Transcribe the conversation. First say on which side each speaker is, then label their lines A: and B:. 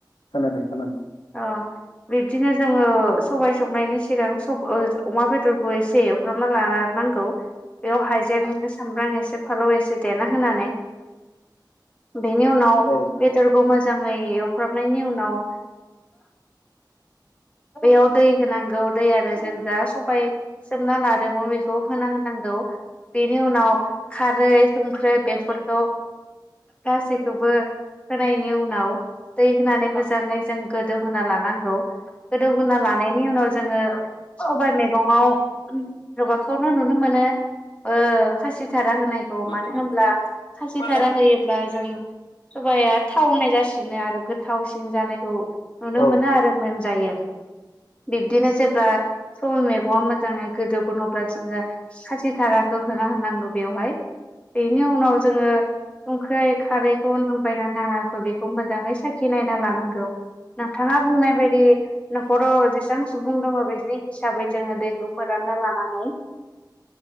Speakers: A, on the left (about 85°); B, on the left (about 15°).
A: खोनादों खोनादों
B: अ बिब्दिनो जोङो सबाय संनायनि सिगां सब ओ अमा बेदरखौ एसे एवफ्रामना ला नांगौ बेयाव हाइजें सामब्राम एसे फालौ एसे देना होनानै बेनि उनाव
A: औ
B: बेदरखौ मोजाङै एवफ्रामनायनि उनाव बेयाव दै होनांगौ दै आरो जों जा सबाय सोमना लादोंमोन बेखौ होना होनां गौ बेनि उनाव खारै संख्रै बेफोरखौ गासैखौबो होनायनि उनाव दै होनानै मोजाङै जों गोदौहोना लानांगौ। गोदौ होनना लानायनि उनाव जोङो सबाइ मेगंआव गोबांखौनो नुनो मोनो ओ खासिधारा होनायखौ मानो
A: औ
B: होमब्ला खासिधारा
A: औ
B: होयोब्ला जों सबाया थावनाय जासिनो आरो गोथाव सिन जानायखौ
A: खोनादों
B: नुनो मोनो आरो मोनजायो बिब्दिनो जेब्ला सबाइ मैगङा मोजाङै गोदौगोन अब्ला जोङो खासि धाराखौ होना होनांगौ बेवहाय बेनि उनाव जोङो संख्रै खारैखौ नांबाय ना नाङाखै बेखौ मोजाङै सा खि नायना लानांगौ नोंथाङा बुंनाय बायदि न'खराव जेसां सुबुं दङ बेनि हिसाबै जोङो दैखौ फोरानना लानानै